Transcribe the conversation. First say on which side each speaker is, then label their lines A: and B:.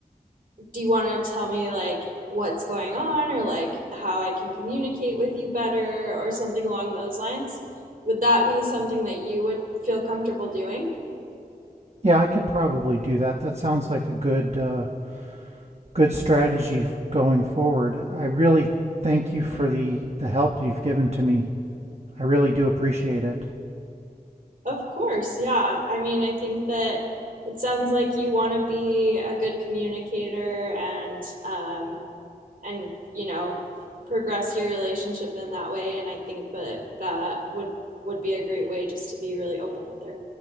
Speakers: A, on the right (about 65°); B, on the right (about 45°).
A: do you want to tell me like what's going on or like how i can communicate with you better or something along those lines would that be something that you would feel comfortable doing
B: Yeah, I could probably do that. That sounds like a good uh good strategy f- going forward. I really thank you for the the help you've given to me. I really do appreciate it.
A: Of course, yeah. I mean, I think that it sounds like you want to be a good communicator and um, and you know progress your relationship in that way. And I think that that would would be a great way just to be really open with her.